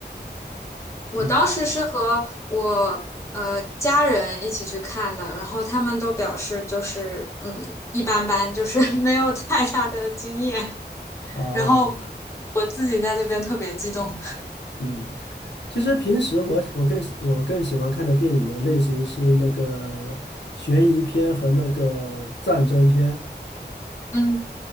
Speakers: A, on the left; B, on the left.
A: 我当时是和我呃家人一起去看的，
B: 嗯，
A: 然后他们都表示就是嗯一般般，就是 <laughs> 没有太大的经验。
B: 哦，
A: 然后我自己在那边特别激动，
B: 嗯，其实平时我我更喜我更喜欢看的电影的类型是那个悬疑片和那个战争片。
A: 嗯，